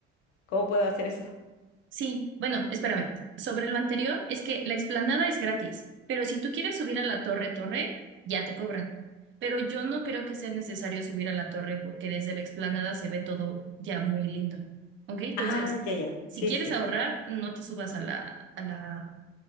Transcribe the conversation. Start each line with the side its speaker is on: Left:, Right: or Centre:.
Left: cómo puedo hacer eso?
Right: Sí, bueno, espérame. Sobre lo anterior, es que la explanada es gratis, pero si tú quieres subir a la torre, torre, ya te cobran. Pero yo no creo que sea necesario subir a la torre porque desde la explanada se ve todo ya muy lindo. ¿Ok? Entonces,
Left: Ah, ya, ya.
Right: si
Left: Sí,
Right: quieres
Left: sí.
Right: ahorrar, no te subas a la, a la